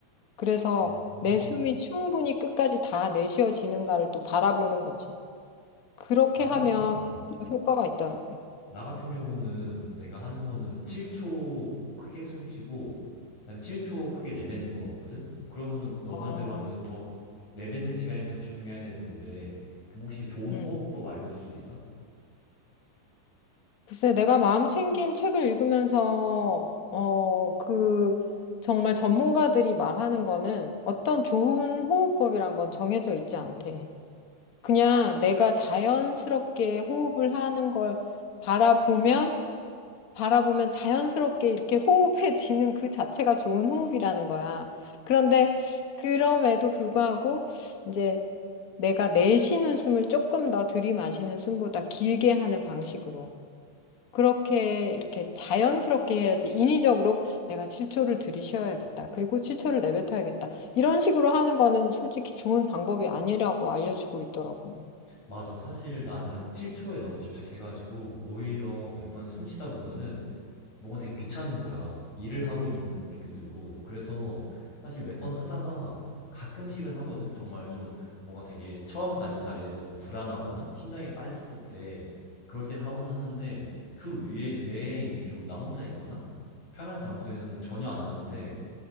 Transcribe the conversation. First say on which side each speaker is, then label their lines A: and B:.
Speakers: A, on the left; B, on the left.
A: 그래서
B: 어.
A: 내 숨이 충분히 끝까지 다 내쉬어지는가를 또 바라보는 거지. 그렇게
B: 나
A: 하면
B: 같은 어.
A: 효과가 있더라고.
B: 나 같은 경우는 내가 하는 거는 7초 크게 숨 쉬고 그다음에 7초 크게 내뱉는 거거든. 그러면은 너
A: 아,
B: 말대로 하면은 더 내뱉는 시간에 더 집중해야 되는 건데 그럼 혹시 좋은
A: 음.
B: 호흡법 알려줄 수 있어?
A: 글쎄, 내가 마음챙김 책을 읽으면서, 어, 그, 정말 전문가들이 말하는 거는 어떤 좋은 호흡법이란 건 정해져 있지 않대. 그냥 내가 자연스럽게 호흡을 하는 걸 바라보면, 바라보면 자연스럽게 이렇게 호흡해지는 그 자체가 좋은 호흡이라는 거야. 그런데 그럼에도 불구하고, 이제 내가 내쉬는 숨을 조금 더 들이마시는 숨보다 길게 하는 방식으로. 그렇게 이렇게 자연스럽게 해야지 인위적으로 내가 7초를 들이쉬어야겠다. 그리고 7초를 내뱉어야겠다. 이런 식으로 하는 거는 솔직히 좋은 방법이 아니라고 알려주고 있더라고.
B: 맞아. 사실 나는 7초에 너무 집착해가지고 오히려 몇 번 숨 쉬다 보면은 뭔가 되게 귀찮은 거야. 일을 하고 있는 느낌도 들고. 그래서 사실 몇 번 하다가 가끔씩은 하거든. 정말 좀 뭔가 되게 처음 가는 자리에서 좀 불안하거나 심장이 빨리 때 그럴 땐 하곤 하는데 그 위에, 외에 이제 좀 나 혼자 있거나 편한 장소에서는 전혀 안 하는데